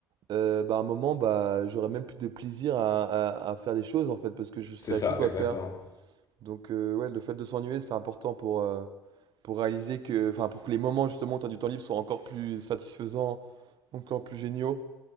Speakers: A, on the right; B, on the left.
A: euh, bah, à un moment, bah, j'aurais même plus de plaisir à, à- à faire des choses, en fait, parce que je ne saurais
B: C'est ça.
A: plus quoi
B: Exactement.
A: faire. Donc, euh, ouais, le fait de s'ennuyer, c'est important pour, euh, pour réaliser que, enfin, pour que les moments, justement, où tu as du temps libre soient encore plus satisfaisants, encore plus géniaux.